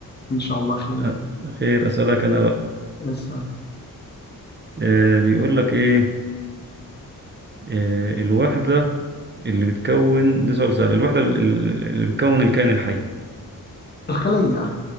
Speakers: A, on the left; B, on the right.
A: إن شاء الله خير
B: أ- خير أسألك أنا بقى
A: اسأل
B: آه، بيقول لك إيه آه، الوحدة اللي بتكون ده سؤال سهل الوحدة ال- ال- اللي بتكون الكائن الحي
A: الخلية